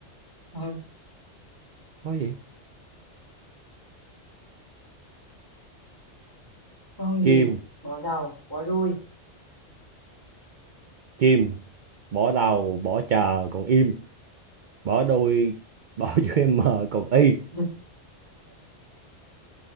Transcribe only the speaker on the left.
ừ.
con gì
bỏ đầu bỏ đuôi
<laughs> ừ.